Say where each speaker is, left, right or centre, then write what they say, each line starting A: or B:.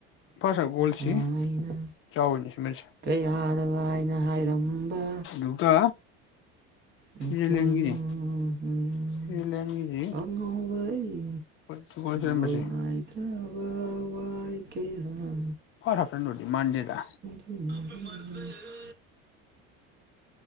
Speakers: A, on the left; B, on the right.
A: ꯐꯥꯁ ꯍꯥꯞ ꯒꯣꯜꯁꯤ
B: ꯍꯥꯏꯅ
A: ꯆꯥꯎꯅꯤꯁ ꯃꯦꯁꯤ
B: ꯀꯌꯥꯗ ꯂꯥꯏꯅ ꯍꯥꯏꯔꯝꯕ
A: ꯑꯗꯨꯒ
B: ꯑꯩꯇꯥꯅ
A: ꯁ꯭ꯋꯤꯖꯔꯂꯦꯟꯒꯤꯅꯤ
B: <unintelligible>
A: ꯁ꯭ꯋꯤꯖꯔꯂꯦꯟꯒꯤꯗꯤ
B: ꯑꯉꯧꯕ ꯑꯩ
A: ꯒꯣꯜ ꯆꯟꯕꯁꯦ
B: ꯂꯣꯏꯅꯥꯏꯗ꯭ꯔꯕ ꯋꯥꯔꯤ ꯀꯌꯥꯥ
A: ꯃꯥꯏ ꯍꯥꯟꯆꯟꯕꯗꯤ ꯃꯥꯟꯗꯦꯗ
B: <unintelligible>